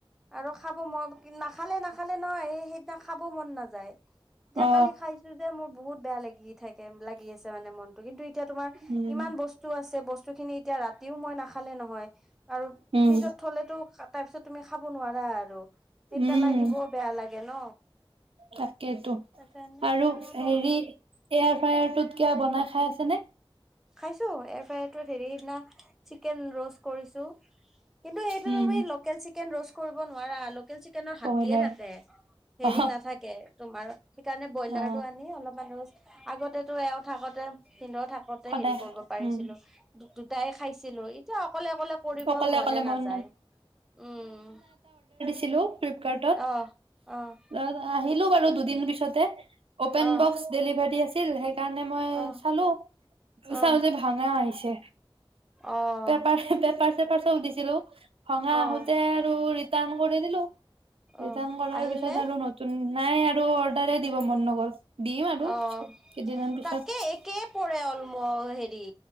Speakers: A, in the centre; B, on the right.
A: আৰু খাব মন নাখালে নাখালে নহয় সেইদিনা খাব মন নাযায় এতিয়া
B: অ
A: কালি খাইছো যে মোৰ বহুত বেয়া লাগি থাকে লাগি আছে মানে মনতটো কিন্তু এতিয়া তোমাৰ
B: উম।
A: ইমান বস্তু আছে বচ বস্তু খিনি এতিয়া ৰাতিও মই নাখালে নহয়। আৰু
B: উম
A: ফ্ৰিজত থলেতো তাৰপিছত তুমি খাব নোৱাৰা আৰু। সেই পেলাই
B: উম
A: দিবও বেয়া লাগে ন
B: তাকেইেতো
A: তাৰপিছত এনেকে
B: আৰু
A: মই
B: হেৰি
A: তল
B: এয়াৰ ফ্ৰায়াৰটোত কিব বনাই খাই চানে?
A: খাইছো এয়াৰ ফ্ৰায়াৰটোত হেৰি সেইদিনা চিকেন ৰস্ত কৰিছো, কিন্তু এইটো
B: উম
A: লোকেল চিকেন চিকেন ৰোষ্ট কৰিব নোৱাৰা আলোক লোকেল চিকেনৰ হাত
B: ব্ৰইলাৰ
A: দিয়ে থাকে হেৰি
B: অ
A: নাথাকে তোমাৰ সেইকাৰণে ব্ৰইলাৰটো
B: অ
A: আনি অলপ মান ৰোষ্ট আগতেতো এওঁ থাকোতে পিন্ব থাকতে। হেৰি
B: সদায়
A: কৰিব পাৰিছিলো
B: উম
A: দুটাই খাইছিলো এতিয়া অকলে অকলে কৰিব
B: অকলে
A: মনে
B: অকলে মন
A: নাযায় উম।
B: ছিলো। ফ্লিপকাৰ্টতত
A: অহ অহ
B: অ আহি। সেই টো বাৰু দুদিন পিছতে অপেন
A: অহ
B: বকছ ডেলিভাৰি। আছিল সেই। সেই কাৰণে মই
A: অহ
B: চালো
A: অহ
B: চাও যে ভঙা আহিছে
A: অহ
B: পেপাৰ পেপাৰ চেপাৰ চব দিছিলো ভঙা
A: অহ
B: আহোতে আৰু। দাম কৰি দিলো।
A: অহ
B: ৰিটাৰ্ণ কৰাৰ
A: আহিল
B: পিছত
A: নে
B: আৰু নতুন। নাই আৰু অৰ্ডাৰে দিব মন নগল। দিম আৰু
A: অ
B: পিছত। কেইদিনমান পিছত
A: তাতকে একে পৰে অলপ হেৰি।